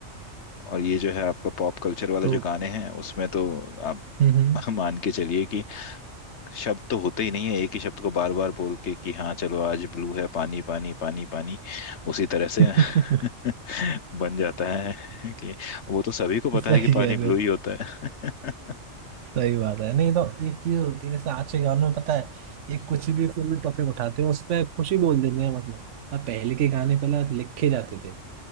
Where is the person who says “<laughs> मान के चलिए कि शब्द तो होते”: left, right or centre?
Left